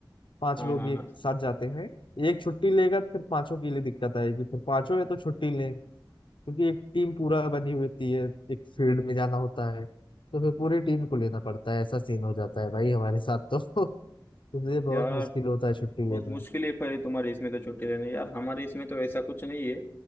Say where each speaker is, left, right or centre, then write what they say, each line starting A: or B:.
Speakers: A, on the left; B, on the left.
A: पांच
B: हाँ
A: लोग
B: हाँ
A: एक
B: हाँ
A: साथ जाते हैं एक छुट्टी लेगा तो फिर पांचों के लिए दिक्कत आएगी फिर पांचों या तो छुट्टी लें क्योंकि एक टीम पूरा बनी हुई होती है एक फील्ड में जाना होता है तो फिर पूरी टीम को लेना पड़ता है ऐसा सीन हो जाता है भाई हमारे साथ तो <laughs> इसलिए बहुत
B: यार
A: मुश्किल होता है छुट्टी
B: बहुत
A: लेना
B: मुश्किल है पर तुम्हारे इसमें तो छुट्टी लेने यार हमारे इसमें तो ऐसा कुछ नहीं है